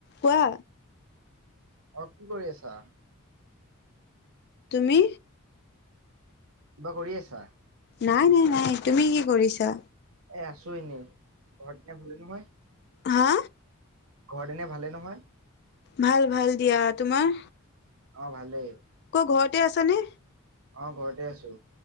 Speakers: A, on the left (about 50°); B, on the right (about 75°).
A: কোৱা।
B: অ', কি কৰি আছা?
A: তুমি?
B: কিবা কৰি আছা?
A: নাই নাই নাই, তুমি কি কৰিছা?
B: এ আছো এনেই, ঘৰত এনে ভালেই নহয়?
A: হা
B: ঘৰ এনে ভালে নহয়?
A: ভাল ভাল দিয়া। তোমাৰ?
B: অ' ভালেই।
A: ক ঘৰতে আছ নে?
B: অ' ঘৰতে আছো।